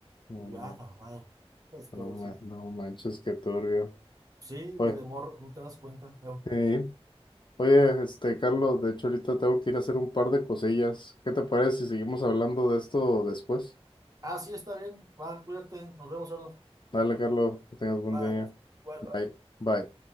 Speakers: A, on the left; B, on the right.
A: No,
B: Y yo, ah,
A: man-
B: la madre. Pues, Pero
A: no, man-
B: sí.
A: no manches, qué turbio.
B: Sí,
A: Oye,
B: y de morro, no te das cuenta.
A: sí. Oye, este, Carlos, de hecho ahorita tengo que ir a hacer un par de cosillas. ¿Qué te parece si seguimos hablando de esto después?
B: Ah, sí, está bien. Va, cuídate. Nos vemos, ahora.
A: Dale, Carlos, que tengas buen
B: Bye.
A: día.
B: Bye,
A: Bye.
B: bye.
A: Bye.